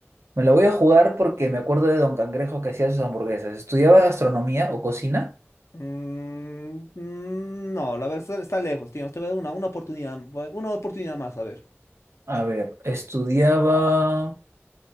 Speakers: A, on the right; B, on the left.
A: Me la voy a jugar porque me acuerdo de Don Cangrejo que hacía sus hamburguesas. ¿Estudiaba gastronomía o cocina?
B: Mm, mm, no, la verdad está, está lejos, tío. Te voy a dar una, una oportunidad, una oportunidad más, a ver.
A: A ver, estudiaba